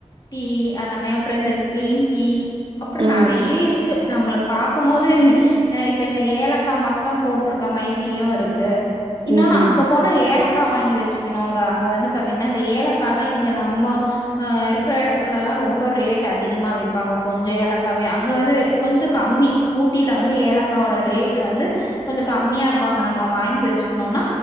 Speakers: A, on the left (about 35°); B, on the right (about 40°).
A: டீ அந்த மாரி அப்பற இந்த கிரீன் டீ அப்பற
B: ம்
A: நறைய
B: ம்
A: இருக்கு நம்மளுக்கு பாக்குமோது அ இப்ப இந்த ஏலக்கா மட் டு போட்ருக்க மார் டீயு இருக்கு இன்னொனு
B: ம் ம்
A: அங்க போன ஏலக்கா வாங் கி வச்சுக்கணுங்க அங்க வந்து பாத்திங்னா இந்த ஏலக்காலா இங்க நம்ம இருக்கிற எடத்துலல்லா ரொம்ப ரேட் அதிகமா விப்பாங்க கொஞ்ச ஏலக்காவே அங்க வந்து கொஞ்ச கம்மி ஊட்டில வந்து ஏலக்கா ஓட ரேட் வந்து கொஞ்ச கம்மியா இருக்கு அங்க நம்ம வாங்கி வ னுனா